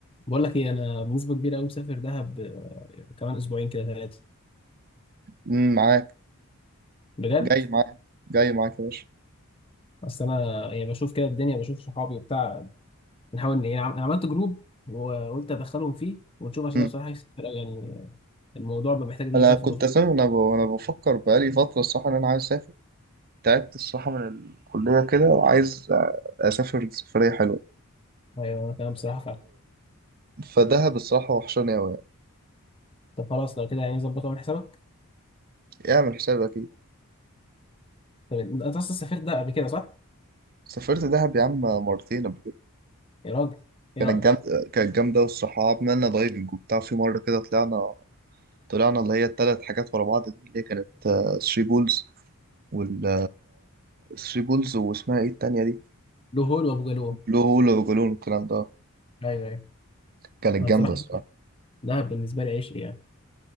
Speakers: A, on the left (about 25°); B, on the right (about 40°).
A: بقول لك ايه انا بنسبه كبيره قوي مسافر دهب آه، كمان اسبوعين كده ثلاثه
B: مم، معاك
A: بجد
B: جاي معاك جاي معاك يا باشا
A: اصل انا يعني بشوف كده الدنيا بشوف صحابي وبتاع بنحاول ان يعني عم- انا عملت جروب وقلت ادخلهم فيه ونشوف عشان
B: مم.
A: انا بصراحه نفسي أسافر أوي، يعني آه، الموضوع بقى محتاج ان انا
B: انا
A: اسافر
B: كنت
A: وأخ-
B: اساسا وانا ب- وانا بفكر بقالي فتره الصراحه ان انا عايز اسافر تعبت الصراحه من الكليه كده وعايز اسافر سفريه حلوه
A: ايوه انا كمان بصراحه فعلا
B: فدهب الصراحه وحشاني قوي
A: طب خلاص لو كده يعني ظبط واعمل حسابك
B: يعني اعمل حسابك اكيد
A: طب انت أنت اصلا سافرت ده قبل كده صح؟
B: سافرت دهب يا عم مرتين قبل كده
A: يا راجل ايه
B: كانت
A: رايك؟
B: جامده كانت جامده والصراحه عملنا دايفنج وبتاع في مره كده طلعنا طلعنا اللي هي الثلاث حاجات ورا بعض دي اللي هي كانت ثري بولز وال ثري بولز واسمها ايه التانية دي
A: له هول وابو جالوم
B: بلو هول وجالون والكلام ده
A: ايوه ايوه
B: كانت
A: انا
B: جامدة
A: بصراحه
B: الصراحة
A: دهب بالنسبه لي عشق يعني